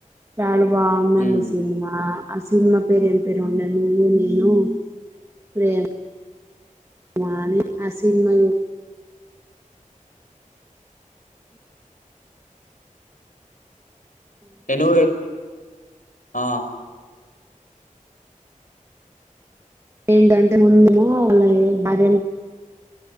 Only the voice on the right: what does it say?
<unintelligible> బావుందండీ
సినిమా. ఆ సినిమా పేరు ఏం పేరో ఉండే నండి, నువ్వు నేను ప్రే మా అని ఆ సినిమా
ఏంటంటే ముందేమో అలా ఏ భార్యనీ